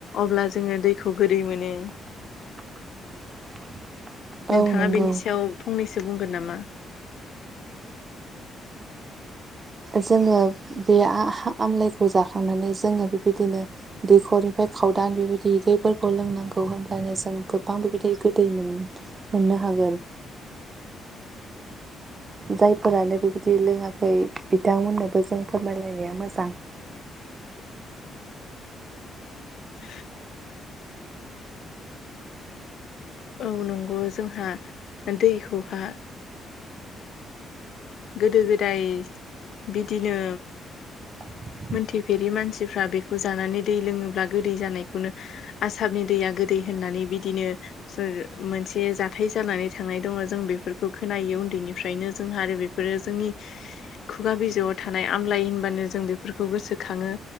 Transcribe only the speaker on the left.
अब्ला जोङो दैखौ गोदै मोनो।
नोंथाङा
बेनि सायाव फंनैसो बुंगोन नामा?
<inaudible> औ नंगौ जोंहा दैखौहा गोदो-गोदाय बिदिनो
मोनथिफेरि मानसिफ्रा बेखौ जानानै दै लोङोब्ला गोदै जानायखौनो आसामनि दैया गोदै होननानै बिदिनो ओ मोनसे जाथाय जानानै थांनाय दङ जों बेफोरखौ खोनायो उन्दैनि निफ्रायनो जोंहा आरो बे- फोरो जोंनि खुगा बिजौआव थानाय आमलाय होनबानो जों बेफोरखौ गोसोखाङो।